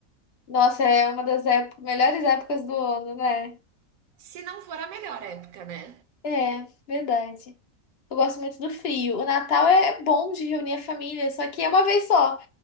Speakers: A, on the left; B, on the right.
A: nossa, é uma das épo- melhores épocas do ano, né?
B: Se não for a melhor época, né?
A: É, verdade. Eu gosto muito do frio. O Natal é é bom de reunir a família, só que é uma vez só.